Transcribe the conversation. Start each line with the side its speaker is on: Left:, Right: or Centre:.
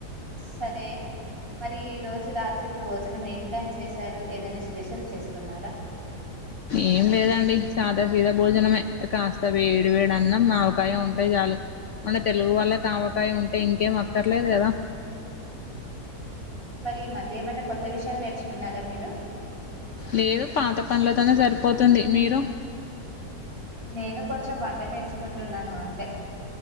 Right: సరే మరి ఈ రోజు రాత్రికి భోజనం ఏం ప్లాన్ చేసారు ఏదైనా స్పెషల్ చేస్తున్నారా?
Left: ఏం లేదండి సాదా సీద భోజనమే కాస్త వేడి వేడి అన్నం ఆవకాయ ఉంటే చాలు మన తెలుగు వాళ్ళక్ ఆవకాయ ఉంటే ఇంకేం అక్కర్లేదు గదా
Right: మరి ఈ మధ్య ఏమైనా కొత్త విషయాల్ నేర్చుకున్నారా మీరు?
Left: లేదు పాత పన్లతోనే సరిపోతుంది మీరు?
Right: నేను కొంచెం వంట నేర్చుకుంటున్నాను అంతే